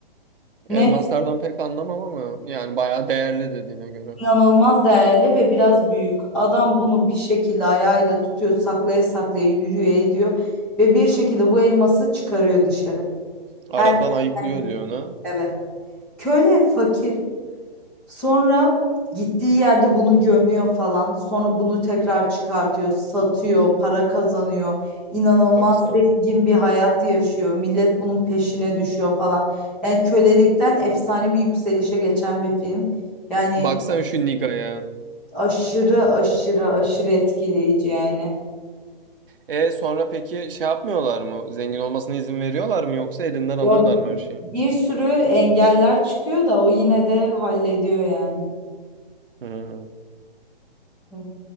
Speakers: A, in the centre; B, on the right.
A: Ne
B: Elmaslardan pek anlamam ama yani bayağı değerli dediğine göre.
A: inanılmaz değerli ve biraz büyük. Adam bunu bir şekilde ayağıyla tutuyor, saklaya saklaya yürüyor ediyor ve bir şekilde bu elması çıkarıyor dışarı.
B: Aradan
A: Herkesten
B: ayıklıyor
A: gidiyor.
B: diyor ona.
A: Evet. Köle fakir. Sonra gittiği yerde bunu gömüyor falan. Sonra bunu tekrar çıkartıyor, satıyor, para kazanıyor. İnanılmaz
B: Baksana.
A: zengin bir hayat yaşıyor. Millet bunun peşine düşüyor falan. Yani kölelikten efsane bir yükselişe geçen bir film. Yani
B: Baksan şu Niga'ya.
A: Aşırı aşırı aşırı etkileyici yani.
B: E sonra peki şey yapmıyorlar mı? Zengin olmasına izin veriyorlar mı yoksa elinden alıyorlar
A: Ya
B: mı her şeyi?
A: bir sürü engeller çıkıyor da o yine de hallediyor yani.
B: Hmm.
A: Hı.